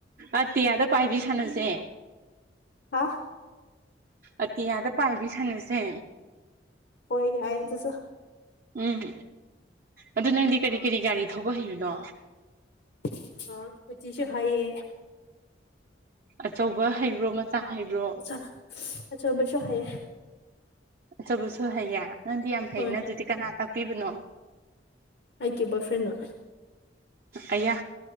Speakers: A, on the right; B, on the left.
A: ꯑꯇꯤꯌꯥꯗ ꯄꯥꯏꯕꯤ ꯁꯥꯟꯅꯖꯦ꯫
B: ꯍꯥ
A: ꯑꯇꯤꯌꯥꯗ ꯄꯥꯏꯕꯤ ꯁꯥꯟꯅꯁꯦ꯫
B: ꯍꯣꯏ ꯌꯥꯏ ꯑꯗꯨꯁꯨ
A: ꯎꯝ ꯑꯗꯨ ꯅꯪꯗꯤ ꯀꯔꯤ ꯀꯔꯤ ꯒꯥꯔꯤ ꯊꯧꯕ ꯍꯩꯕꯅꯣ
B: <unintelligible> ꯍꯩꯏꯌꯦ
A: ꯑꯆꯧꯕ ꯍꯩꯕ꯭ꯔꯣ ꯃꯆꯥ ꯍꯩꯕ꯭ꯔꯣ
B: <unintelligible> ꯑꯆꯧꯕꯁꯨ ꯍꯩꯌꯦ
A: ꯑꯆꯧꯕꯁꯨ ꯍꯩꯌꯦ ꯅꯪꯗꯤ ꯌꯥꯝ ꯍꯩꯅꯦ
B: ꯍꯣꯏ
A: ꯑꯗꯨꯗꯤ ꯀꯅꯥ ꯇꯥꯛꯄꯤꯕꯅꯣ
B: ꯑꯩꯒꯤ ꯕꯣꯏ ꯐ꯭ꯔꯦꯟꯅ꯫
A: ꯑꯌꯥ